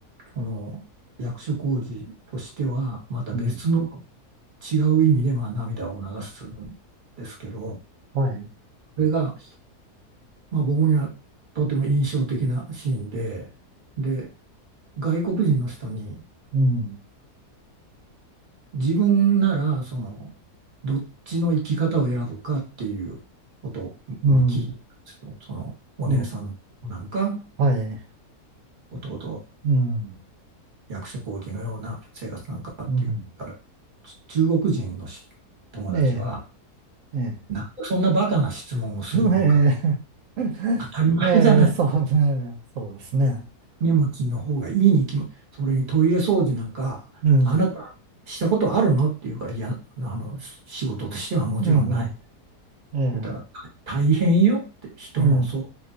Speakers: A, on the right (about 35°); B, on the right (about 65°).
A: その役所工事としては、また別の
B: うん。
A: 違う意味でまあ涙を流すんですけど、
B: はい。
A: これがまあ僕にはとても印象的なシーンで、で、外国人の人に
B: うん。
A: 自分ならそのどっちの生き方を選ぶかっていうことをまあ聞いてたんですよ。
B: うん。
A: そのお姉さんなんか、
B: うん。はい。
A: 弟
B: うん。
A: 役所広司のような生活なんかっていうから
B: うん。
A: 中国人のし友達は、
B: ええ。ええ。
A: なんでそんなバカな質問をするんか、
B: うんええ。
A: 当たり前じゃない
B: <laughs> ええ、そうね。そうですね。
A: 金持ちの方がいいに決ま、それにトイレ掃除なんか、
B: うん。
A: あなたしたことあるのって言うから、いや、あの、仕事としてはもちろんない。
B: うんうん。ええ。
A: 言ったら、大変よって、人の、
B: うん。
A: そ